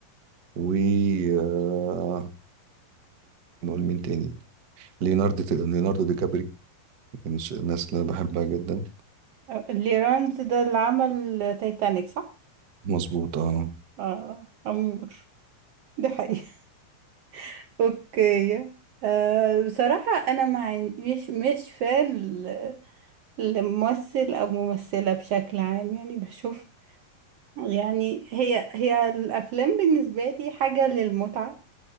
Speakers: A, on the right; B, on the right.
A: وممكن نقول مين تاني ليوناردو ليوناردو دي كابريو كانش الناس اللي أنا بحبها جدا
B: أه، ليرانز ده اللي عمل تايتانيك صح؟
A: مظبوط اه
B: آه أمور دي حقيقة <laughs> أوكي أه بصراحة أنا مع مش مش فان ل- لممثل أو ممثلة بشكل عام يعني بشوف يعني هي هي الأفلام بالنسبة لي حاجة للمتعة